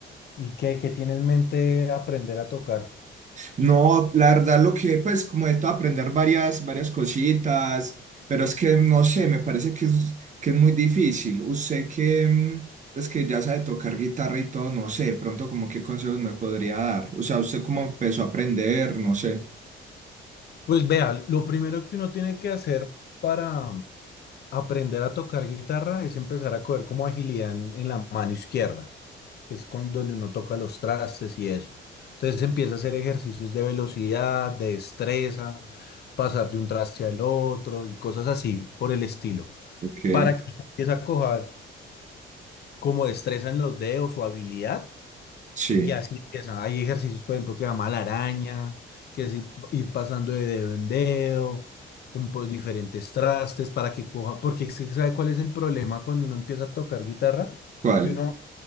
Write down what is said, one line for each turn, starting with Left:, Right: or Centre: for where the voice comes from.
Left: ¿Y qué, qué tiene en mente aprender a tocar?
Right: No, la verdad, lo que pues como de todo aprender varias, varias cositas, pero es que no sé, me parece que es, que es muy difícil. Usted que, mm, pues que ya sabe tocar guitarra y todo, no sé, de pronto como qué consejos me podría dar. O sea, usted cómo empezó a aprender, no sé.
Left: Pues vea, lo primero que uno tiene que hacer para aprender a tocar guitarra es empezar a coger como agilidad en, en la mano izquierda, que es con donde uno toca los trastes y eso. Entonces empieza a hacer ejercicios de velocidad, de destreza, pasar de un traste al otro y cosas así por el estilo.
Right: Ok,
Left: Para que usted empiece a coger como destreza en los dedos o habilidad
Right: sí.
Left: Y así empieza. Hay ejercicios, por ejemplo, que llama la araña, que es ir, ir pasando de dedo en dedo, con pues, diferentes trastes para que coja. Porque es que, ¿sabe cuál es el problema cuando uno empieza a tocar guitarra?
Right: ¿Cuál?
Left: Que uno